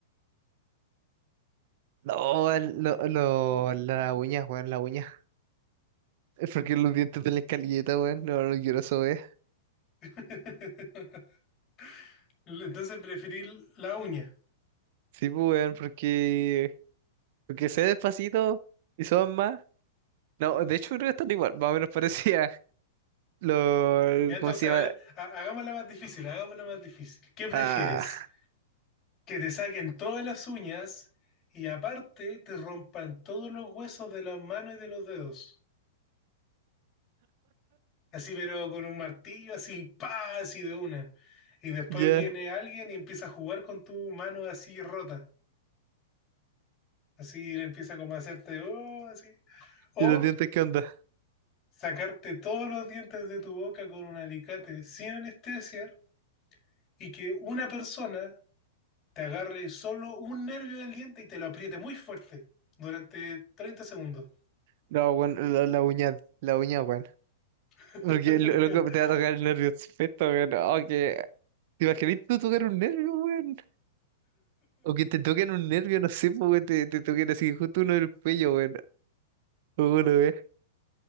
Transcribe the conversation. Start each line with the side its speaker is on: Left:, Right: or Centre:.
Right: No, al- no, no, la uña, weón, la uña. Es porque los dientes de la escalilleta, weón, no, no quiero eso, weón.
Left: <laughs> Entonces preferir la uña.
Right: Sí, pues, weón, porque, porque sé despacito y son más. No, de hecho creo que están igual, más o menos parecía <laughs> lo,
Left: Ya, entonces,
Right: ¿cómo se llama?
Left: a ver, ha- hagámosla más difícil, hagámosla más difícil. ¿Qué prefieres?
Right: Ah,
Left: ¿Que te saquen todas las uñas y aparte te rompan todos los huesos de las manos y de los dedos? Así, pero con un martillo, así, pa, así de una. Y después
Right: ya,
Left: viene alguien y empieza a jugar con tu mano así rota. Así le empieza como a hacerte, oh, así. O
Right: ¿Y los dientes qué onda?
Left: sacarte todos los dientes de tu boca con un alicate sin anestesia y que una persona te agarre solo un nervio del diente y te lo apriete muy fuerte durante treinta segundos.
Right: No, bueno, la, la uña, la uña, bueno.
Left: <laughs>
Right: Porque lo, loco te va a tocar el nervio perfecto, weón. Oh, que, ¿te imaginas tú tocar un nervio, weón? O que te toquen un nervio, no sé, pues, weón, te, te toquen así justo uno del cuello, weón. O Uno, weón.